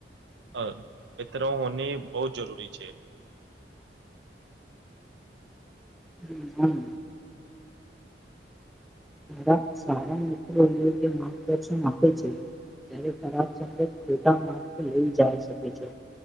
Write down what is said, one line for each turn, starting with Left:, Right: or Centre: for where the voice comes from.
Right: અ મિત્ર હોની બહુ જરૂરી છે. <inaudible>
Centre: હમ હમ. સારા સારા મિત્રો યોગ્ય માર્ગદર્શન આપે છે. જ્યારે ખરાબ સંગત ખોટા માર્ગ લઈ જાય શકે છે.